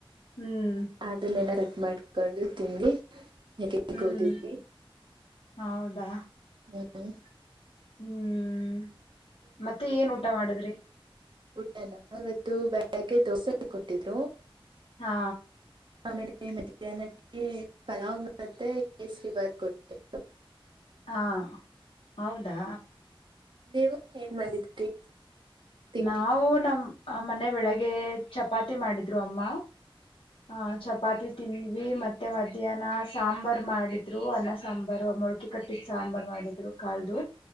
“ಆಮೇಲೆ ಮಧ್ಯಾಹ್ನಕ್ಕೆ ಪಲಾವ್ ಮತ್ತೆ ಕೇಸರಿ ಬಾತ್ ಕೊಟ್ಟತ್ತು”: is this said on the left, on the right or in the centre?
Right